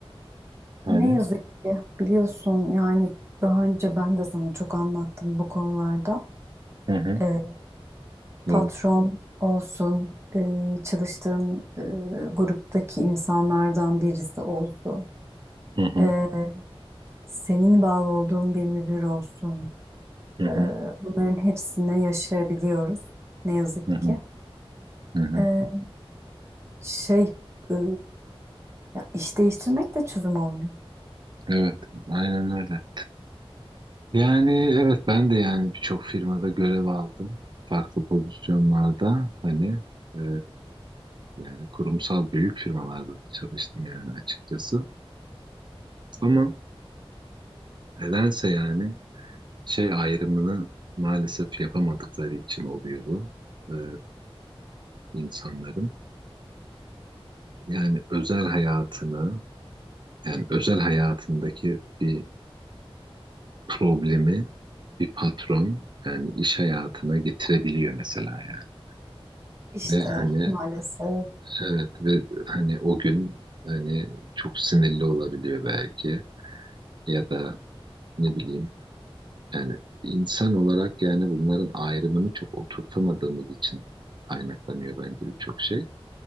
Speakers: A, on the right; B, on the right.
A: Hani
B: ne yazık ki biliyorsun yani daha önce ben de sana çok anlattım bu konularda.
A: hı hı,
B: Ee,
A: evet.
B: patron olsun, e, çalıştığın e, gruptaki insanlardan birisi olsun,
A: Hı hı,
B: e, senin bağlı olduğun bir müdür olsun.
A: hı
B: e,
A: hı,
B: bunların hepsine yaşayabiliyoruz ne yazık
A: hı hı,
B: ki.
A: hı hı.
B: E, şey, e, ya iş değiştirmek de çözüm olmuyor.
A: Evet, aynen öyle. Yani evet ben de yani birçok firmada görev aldım. Farklı pozisyonlarda hani e, yani kurumsal büyük firmalarda da çalıştım yani açıkçası. Ama nedense yani şey ayrımını maalesef yapamadıkları için oluyor bu e, insanların. Yani özel hayatını yani özel hayatındaki bir problemi bir patron yani iş hayatına getirebiliyor mesela yani.
B: İşte
A: Ve hani
B: maalesef
A: Evet ve hani o gün hani çok sinirli olabiliyor belki ya da ne bileyim yani insan olarak yani bunların ayrımını çok oturtamadığımız için kaynaklanıyor bence birçok şey.